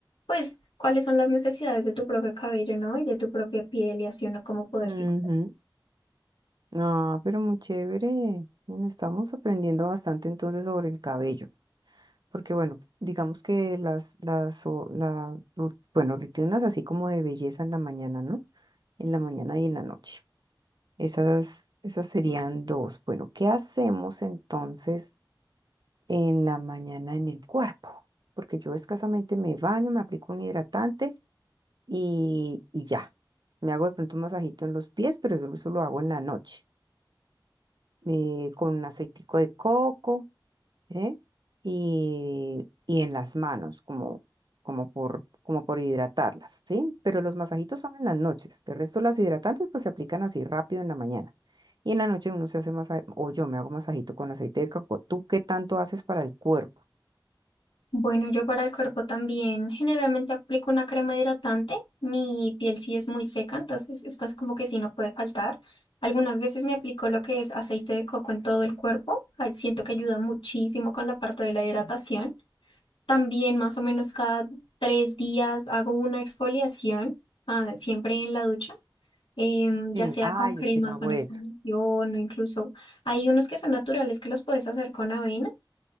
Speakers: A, on the left; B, on the right.
A: pues, cuáles son las necesidades de tu propio cabello, ¿no? Y de tu propia piel y así uno cómo poderse
B: ujú.
A: cuidar.
B: Ah, pero muy chévere. Bueno, estamos aprendiendo bastante entonces sobre el cabello. Porque bueno, digamos que las, las, o- la, ru- bueno, rutinas así como de belleza en la mañana, ¿no? En la mañana y en la noche. Esas, esas serían dos. Bueno, ¿qué hacemos entonces en la mañana en el cuerpo? Porque yo escasamente me baño, me aplico un hidratante y, y ya. Me hago de pronto un masajito en los pies, pero eso, eso lo hago en la noche. eh, con un aceitico de coco ¿eh? Y, y en las manos, como, como por, como por hidratarlas, ¿sí? Pero los masajitos son en las noches. De resto, las hidratantes pues se aplican así rápido en la mañana. Y en la noche uno se hace masaje, o yo me hago masajito con aceite de coco. ¿Tú qué tanto haces para el cuerpo?
A: Bueno, yo para el cuerpo también generalmente aplico una crema hidratante. Mi piel sí es muy seca, entonces estas como que sí no puede faltar. Algunas veces me aplico lo que es aceite de coco en todo el cuerpo. ah, Siento que ayuda muchísimo con la parte de la hidratación. También más o menos cada tres días hago una exfoliación, ah, siempre en la ducha. em,
B: Sí.
A: ya sea
B: Ah,
A: con cremas,
B: yo sí no hago
A: con exfoliación
B: eso.
A: o incluso hay unos que son naturales que los puedes hacer con avena